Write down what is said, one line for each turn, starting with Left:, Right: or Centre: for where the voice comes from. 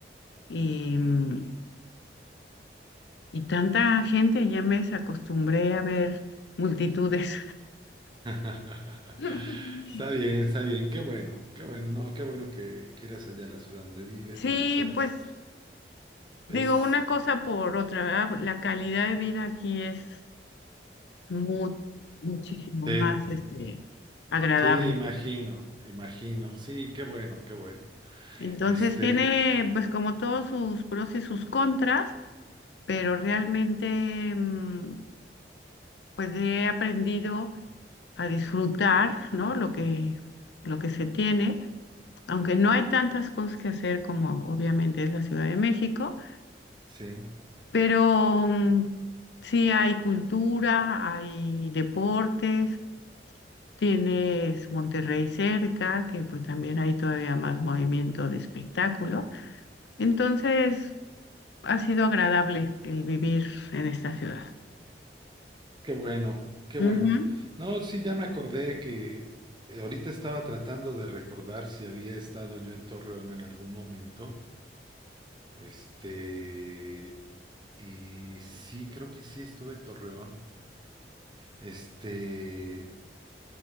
Left: y, mm, y tanta gente, ya me acostumbré a ver multitudes.
Right: <laughs>
Left: <laughs>
Right: Está bien, está bien. Qué bueno, qué bueno, no, qué bueno que quieras allá la ciudad donde vives,
Left: Sí,
Right: donde estás.
Left: pues digo
Right: Es,
Left: una cosa por otra, ¿verdad? Pues, La calidad de vida aquí es mu- muchísimo
Right: sí,
Left: más este, agradable.
Right: sí, imagino, imagino. Sí, qué bueno, qué bueno.
Left: Entonces
Right: Este,
Left: tiene pues como todos sus pros y sus contras, pero realmente mm, pues he aprendido a disfrutar, ¿no? Lo que, lo que se tiene, aunque no hay tantas cosas que hacer como obviamente es la Ciudad de México,
Right: sí.
Left: pero mm, sí hay cultura, hay deportes, tienes Monterrey cerca, que pues también hay todavía más movimiento de espectáculo. Entonces, ha sido agradable el vivir en esta ciudad.
Right: Qué bueno, qué
Left: Ujú.
Right: bueno. No, sí, ya me acordé que eh, ahorita estaba tratando de recordar si había estado yo en Torreón en algún momento. Este, y sí, creo que sí estuve en Torreón. Este,